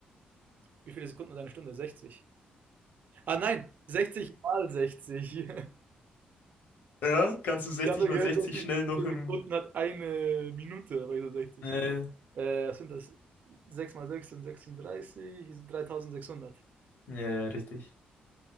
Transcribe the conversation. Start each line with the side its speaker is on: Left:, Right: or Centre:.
Right: Wie viele Sekunden hat eine Stunde? 60. Ah nein, 60 mal 60. <laughs>
Left: Ja, kannst du 60
Right: Ich habe
Left: mal
Right: gehört,
Left: 60
Right: 60
Left: schnell noch
Right: Sekunden
Left: im.
Right: hat eine Minute, aber ich so 60.
Left: Ja, ja,
Right: Äh, was sind das? sechs mal 6 sind 36, ist 3600.
Left: ja, ja, richtig.